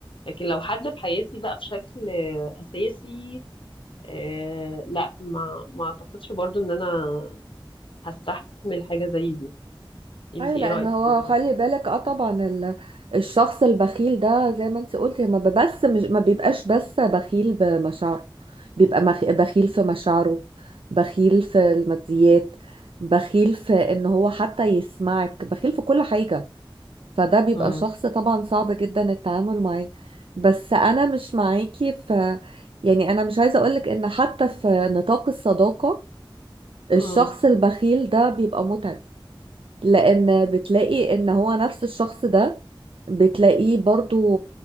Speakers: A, on the left; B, on the right.
A: لكن لو حد في حياتي بقى بشكل أساسي آه لا ما ما أعتقدش برضو إن أنا هستحمل حاجة زي دي أنت
B: ايوه
A: إيه
B: لان
A: رأيك
B: هو
A: في الموضوع
B: خلي
A: ده؟
B: بالك اه طبعا ال... الشخص البخيل ده زي ما انت قلتي ما ب- بس مش ما بيبقاش بس بخيل بمشاعره بيبقى مخ... بخيل في مشاعره بخيل في الماديات بخيل في ان هو حتى يسمعك بخيل في كل حاجة فده بيبقى
A: مم.
B: شخص طبعا صعب جدا التعامل معاه بس انا مش معاكي في يعني انا مش عايزه اقولك ان حتى في نطاق الصداقه الشخص
A: مم.
B: البخيل ده بيبقى متعب لان بتلاقي ان هو نفس الشخص ده بتلاقيه برضو